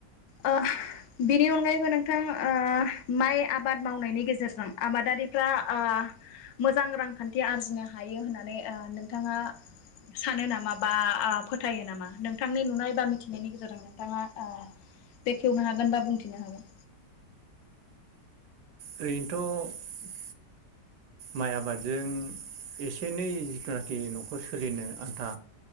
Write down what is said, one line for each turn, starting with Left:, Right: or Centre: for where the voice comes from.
Left: ओ बिनि अनगायैबो नोंथां ओ माइ आबाद मावनायनि गेजेरजों आबादारिफ्रा ओ मोजां रांखान्थि आरजिनो हायो होननानै ओ नोंथाङा सानो नामा बा ओ फोथायो नामा नोंथांनि नुनाय बा मिथिनायनि गेजेरजों नोंथाङा ओ बेखेवनो हागोन बा बुंथिनो हागोन।
Right: ओरैनोथ माइ आबादजों एसे एनै जिथुनाखि नखर सोलिनो आन्था